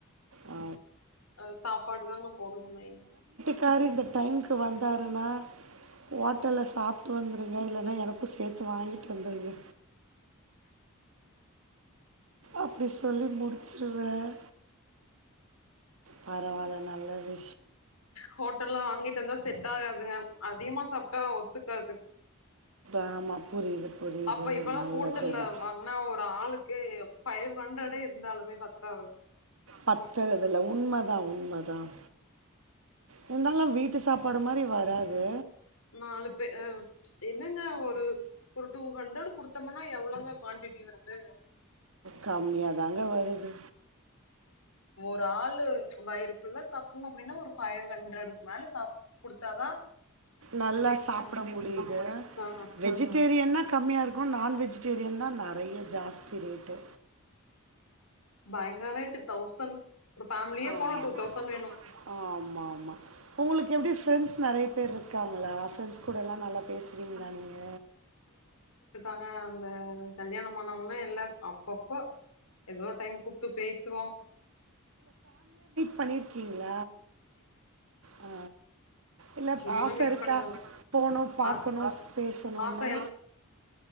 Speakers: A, on the right; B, on the left.
A: ஆ
B: அ சாப்பாடு தாங்க எப்போதுமே
A: கார் இந்த டைமுக்கு வந்தாருண்ணா ஹோட்டல்ல
B: ம்
A: சாப்பிட்டு வந்து இல்லன்னா எனக்கும் சேர்த்து வாங்கிட்டு வந்துருங்க அப்படி சொல்லி முடிச்சிருவேன் பரவாயில்ல நல்லது
B: ஹோட்டல்லல்லாம் வாங்கிட்டு இருந்தா செட் ஆகாதுங்க அதிகமா சாப்பிட்டா ஒத்துக்காது
A: ஆமாம் புரியுது புரியுது
B: அப்ப இப்பதாம்
A: நல்லது
B: ஹோட்டல்ல
A: தான்
B: வாங்கினா ஒரு ஆளுக்கு ஃபைவ் ஹண்ட்ரடே இருந்தாலுமே பத்தாது
A: பத்துறதுல உண்மைதான் உண்மைதான் இருந்தாலும் வீட்டு சாப்பாடு மாதிரி வராது
B: நாலு பேர் என்னங்க இப்போ ஒரு டூ ஹண்ட்ரட் குடுத்தோம்னா எவ்வளவுங்க குவான்டிட்டி வருது
A: கம்மியாதாங்க வருது
B: ஒரு ஆளு வயிறு புள்ள சாப்பிடணும் அப்படின்னா ஒரு ஃபைவ் ஹண்ட்ரடுக்கு மேல சா கொடுத்தாதான்
A: நல்லா சாப்பிட முடியுது
B: ஆ
A: வெஜிடேரியன்ன்னா கம்மியா இருக்கும் நான் வெஜிடேரியன் தான் நிறைய ஜாஸ் திரவிட்டு
B: பயங்கர ரேட்டு தௌசண்ட் ஒரு ஃபேமிலியே
A: ம்ம் ஆ
B: போனா
A: ஆமா
B: டூ தௌசண்ட்
A: ஆமா
B: வேணு
A: ஆ ஆமா ஆமா உங்களுக்கு எப்படி பிரெண்ட்ஸ் நிறைய பேர் இருக்காங்களா பிரெண்ட்ஸ் கூட எல்லாம் நல்லா பேசுறீங்களா நீங்க
B: ஆ அந்த கல்யாணம்மானவனா எல்லாம் அப்பப்ப ஏதோ டைம் கூப்பிட்டு பேசுவோம்
A: பண்ணியிருக்கீங்க ஆ இல்ல
B: இன்னுமே
A: ஆசை
B: மீட்
A: இருக்கா
B: பண்ணதில்ல
A: போணும் பாக்கணும்
B: ஆ
A: பேசணும்னு
B: ஆச